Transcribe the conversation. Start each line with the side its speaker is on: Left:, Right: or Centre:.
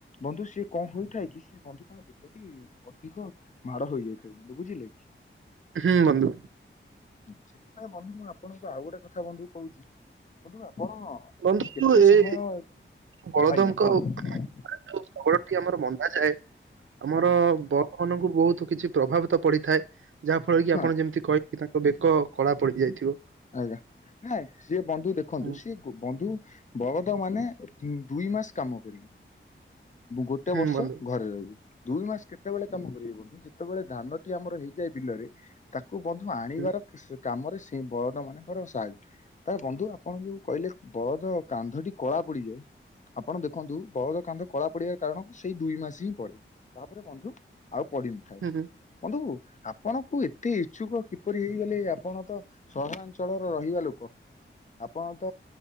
Left: ବନ୍ଧୁ ସିଏ କଣ ହୋଇଥାଏ କି ସେ ବନ୍ଧୁ ତାଙ୍କ ବେ ଗୋଟି ଅଧିକ ମାଡ଼ ହେଇଯାଇଥାଏ ବନ୍ଧୁ ବୁଝିଲେ କି।
Right: ହୁଁ ବନ୍ଧୁ
Left: ସେଥିପାଇଁ ବନ୍ଧୁ ମୁଁ ଆପଣଙ୍କୁ ଆଉ ଗୋଟେ କଥା ବନ୍ଧୁ କହୁଛି ବନ୍ଧୁ ଆପଣ
Right: ବନ୍ଧୁ
Left: କେତେ
Right: ଏ
Left: ସମୟ
Right: ବଳଦଙ୍କ
Left: ଆଜ୍ଞା କୁହନ୍ତୁ।
Right: ଯୋଉ ସ୍ବଳ ଆମର ବନ୍ଧା ଯାଏ ଆମର
Left: ଆଜ୍ଞା
Right: ବ ଆପଣଙ୍କୁ ବହୁତ କିଛି ପ୍ରଭାବିତ ପଡିଥାଏ ଯାହା ଫଳରେ କି
Left: ହଁ
Right: ଆପଣ ଯେମିତି କହ କି ତାଙ୍କ ବେକ କଳା ପଡି ଯାଇଥିବ।
Left: ଆଜ୍ଞା ନାଇଁ ସିଏ ବନ୍ଧୁ ଦେଖନ୍ତୁ
Right: ହୁଁ
Left: ସିଏ ବନ୍ଧୁ। ବଳଦ ମାନେ ଦୁଇ ମାସ କାମ କରିବେ ଗୋଟେ
Right: ହୁଁ
Left: ବର୍ଷ
Right: ବନ୍ଧୁ
Left: ଘରେ ରହିବେ। ଦୁଇ ମାସ କେତେବେଳେ କାମ କରିବେ ବନ୍ଧୁ ଯେତେବେଳେ ଧାନଟି ଆମର ହେଇଯାଏ ବିଲରେ। ତାକୁ ବନ୍ଧୁ ଆଣିବାର
Right: ହୁଁ
Left: କାମରେ ସେ ବ ଦ ମାନଙ୍କର ସାହାଯ୍ୟ ତାଲେ ବନ୍ଧୁ ଆପଣ ଯୋଉ କହିଲେ ବଳଦ କାନ୍ଧଟି କଳା ପଡିଯାଏ। ଆପଣ ଦେଖନ୍ତୁ ବଳଦ କାନ୍ଧ କଳା ପଡିବାର କାରଣକୁ ସେଇ ଦୁଇ ମାସ ହିଁ ପଡେ। ତାପରେ ବନ୍ଧୁ ଆଉ ପଡିିନି। ଥା
Right: ହୁଁ ହୁଁ
Left: ବନ୍ଧୁ ଆପଣଙ୍କୁ ଏତେ ଇଚ୍ଛୁକ କିପରି ହେଇଗଲେ ଆପଣ ତ ସହରା ଞ୍ଚଳର ରହିବା ଲୋକ ଆପଣ ତ